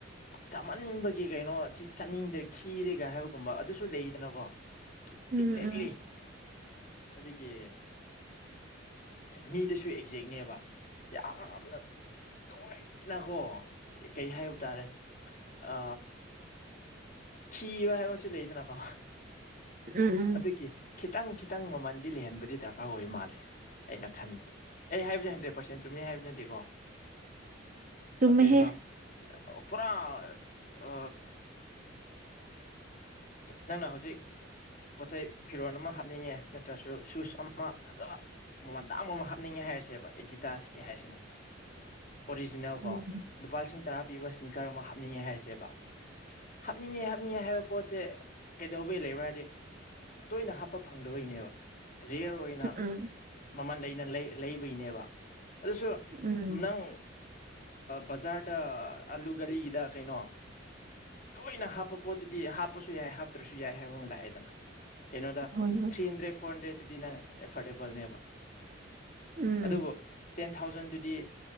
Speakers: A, on the left; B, on the right.
A: ꯆꯥꯃꯟꯕꯒꯤ ꯀꯩꯅꯣ ꯁꯤ ꯆꯥꯅꯤꯡꯗ꯭ꯔ ꯈꯤꯔꯦꯒ ꯍꯥꯏꯕꯒꯨꯝꯕ ꯑꯗꯨꯁꯨ ꯂꯩꯗꯅꯀꯣ
B: ꯎꯝ ꯎꯝ
A: ꯑꯦꯛꯖꯦꯛꯂꯤ ꯍꯧꯖꯤꯛꯀꯤ ꯃꯤꯗꯁꯨ ꯑꯦꯛꯖꯦꯛꯅꯦꯕ ꯌꯥꯝꯅ ꯇꯣꯏꯅꯀꯣ ꯀꯩ ꯍꯥꯏꯕ ꯇꯥꯔꯦ ꯑ ꯐꯤꯕ ꯍꯥꯏꯕꯁꯨ ꯂꯩꯗꯅꯀꯣ
B: ꯎꯝ ꯎꯝ
A: ꯑꯗꯨꯒꯤ ꯈꯤꯇꯪ ꯈꯤꯇꯪ ꯃꯃꯟꯗꯤ ꯂꯩꯍꯟꯕꯗꯤ ꯗꯔꯀꯥꯔ ꯑꯣꯏ ꯃꯥꯜꯂꯦ ꯑꯩꯅ ꯈꯟꯕꯗ ꯑꯩ ꯍꯥꯏꯕꯁꯦ ꯍꯟꯗ꯭ꯔꯦꯠ ꯄꯥꯔꯁꯦꯟ ꯆꯨꯝꯃꯦ ꯍꯥꯏꯕ ꯅꯠꯇꯦꯀꯣ
B: ꯆꯨꯝꯃꯦꯍꯦ
A: ꯑꯇꯩꯕ ꯄꯨꯔꯥ ꯑ ꯅꯪꯅ ꯍꯧꯖꯤꯛ ꯄꯣꯠꯆꯩ ꯐꯤꯔꯣꯟꯜ ꯑꯃ ꯍꯥꯞꯅꯤꯡꯉꯦ ꯅꯠꯇ꯭ꯔꯁꯨ ꯁꯨꯁ ꯑꯃ ꯐꯖꯕ ꯃꯃꯜ ꯇꯥꯡꯕ ꯑꯃ ꯍꯥꯞꯅꯤꯡꯉꯦ ꯍꯥꯏꯔꯁꯦꯕ ꯑꯦꯗꯤꯗꯥꯁꯀꯤ ꯍꯥꯏꯁꯤꯅꯦ ꯑꯣꯔꯤꯖꯤꯅꯦꯜ
B: ꯎꯝ
A: ꯀꯣ ꯂꯨꯄꯥ ꯂꯤꯁꯤꯡ ꯇꯔꯥ ꯄꯤꯕ ꯏꯁ꯭ꯅꯤꯀꯔ ꯑꯃ ꯍꯥꯞꯅꯤꯡꯉꯦ ꯍꯥꯏꯁꯦꯕ ꯍꯥꯞꯅꯤꯡꯉꯦ ꯆꯅꯤꯡꯉꯦ ꯍꯥꯏꯕ ꯄꯣꯠꯁꯦ ꯀꯩꯗꯧꯕꯩ ꯂꯩꯕ꯭ꯔꯥꯗꯤ ꯇꯣꯏꯅ ꯍꯥꯞꯄ ꯐꯪꯗꯕꯩꯅꯦꯕ ꯔꯤꯌꯔ ꯑꯣꯏꯅ
B: ꯎꯝ
A: ꯃꯃꯟ ꯂꯩꯩꯅ ꯂꯩꯕꯒꯤꯅꯦꯕ ꯑꯗꯨꯁꯨ
B: ꯎꯝ
A: ꯅꯪ ꯕꯖꯥꯔꯗ ꯑꯂꯨ ꯒꯂꯤꯒꯤꯗ ꯀꯩꯅꯣ ꯇꯣꯏꯅ ꯍꯥꯞꯄ ꯄꯣꯠꯇꯨꯗꯤ ꯍꯥꯞꯄꯁꯨ ꯌꯥꯏ ꯍꯥꯞꯇ꯭ꯔꯁꯨ ꯌꯥꯏ ꯍꯥꯏꯕ ꯑꯃ ꯂꯥꯛꯑꯦꯗꯅ ꯀꯩꯅꯣꯗ
B: ꯍꯣꯏ
A: ꯊ꯭ꯔꯤ ꯍꯟꯗ꯭ꯔꯦꯠ ꯐꯣꯔ ꯍꯟꯗ꯭ꯔꯦꯠꯇꯇꯗꯤ ꯅꯪ ꯑꯦꯐꯣꯔꯗꯦꯕꯜꯅꯦꯕ
B: ꯎꯝ
A: ꯑꯗꯨꯕꯨ ꯇꯦꯟ ꯊꯥꯎꯖꯟꯗꯨꯗꯤ